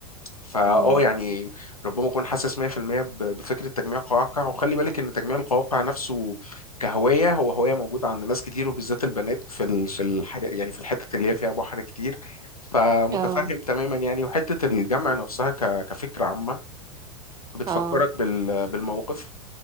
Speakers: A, on the left; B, on the right.
A: فأه
B: امم
A: يعني ربما أكون حاسس 100% ب- بفكرة تجميع القواقع وخلي بالك إن تجميع القواقع نفسه كهواية هو هواية موجودة عند ناس كتير وبالذات البنات في ال... في الحاجة يعني في الحتة اللي هي فيها بحر كتير فمتفهم
B: اه
A: تماما يعني وحتة الجمع نفسها ك... كفكرة عامة بتفكرك
B: اه
A: بال... بالموقف